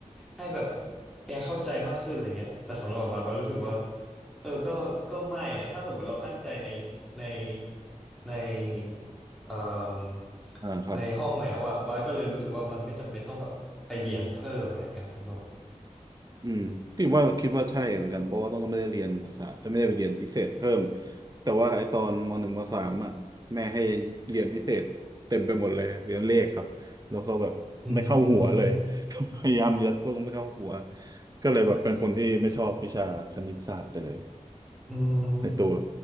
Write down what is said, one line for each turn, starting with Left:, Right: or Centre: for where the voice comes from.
Centre: ให้แบบแกเข้าใจมากขึ้นอะไรเงี้ยแต่สำหรับบาสบาสรู้สึกว่าเออก็ก็ไม่อ่ะถ้าสมมติเราตั้งใจในในใน เอ่ม
Right: อ่าครับ
Centre: ในห้องแล้วอะบาสก็เลยรู้สึกว่ามันไม่จำเป็นต้องแบบไปเรียนเพิ่มอะไรเงี้ยครับคุณต้น
Right: อืมพี่ว่าคิดว่าใช่เหมือนกันเพราะว่าต้องก็ไม่ได้เรียนภาษาไม่ได้ไปเรียนพิเศษเพิ่มแต่ว่าไอตอนมหนึ่งมสามอ่ะแม่ให้เรียนพิเศษเต็มไปหมดเลยเรียนเลขครับแล้วก็แบบไม่เข้าหัวเลย
Centre: อืม
Right: <laughs> พยายามยัดพวกไม่เข้าหัวก็เลยแบบเป็นคนที่ไม่ชอบวิชาคณิตศาสตร์ไปเลย
Centre: <laughs> อืม
Right: ในตัว